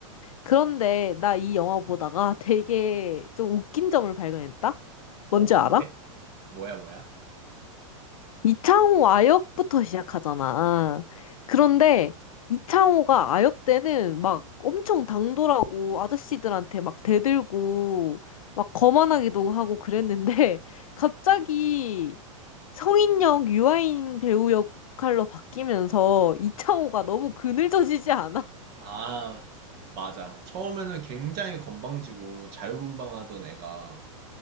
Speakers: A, on the left; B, on the right.
A: 그런데 나 이 영화 보다가 되게 좀 웃긴 점을 발견했다? 뭔지
B: 어, 뭔데?
A: 알아?
B: 뭐야, 뭐야?
A: 이창호 아역부터 시작하잖아. 그런데 이창호가 아역 때는 막 엄청 당돌하고 아저씨들한테 막 대들고 막 거만하기도 하고 그랬는데 <laughs> 갑자기 성인역 유아인 배우 역할로 바뀌면서 이창호가 너무 그늘져지지 않아?
B: 아, 맞아. 처음에는 굉장히 건방지고 자유분방하던 애가